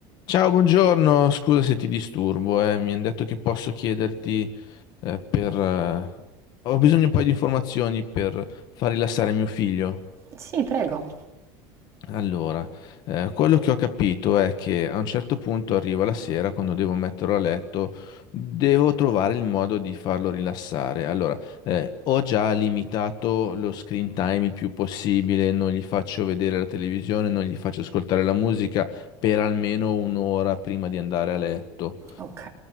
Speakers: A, on the left; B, on the right.
A: Ciao, buongiorno, scusa se ti disturbo, eh, Mi hanno detto che posso chiederti eh, per... eh, Ho bisogno di un paio di informazioni per far rilassare mio figlio.
B: Sì, prego.
A: Allora, eh, quello che ho capito è che a un certo punto arriva la sera, quando devo metterlo a letto, devo trovare il modo di farlo rilassare. Allora, eh, ho già limitato lo screen time il più possibile, non gli faccio vedere la televisione, non gli faccio ascoltare la musica per almeno un'ora prima di andare a letto
B: Ok.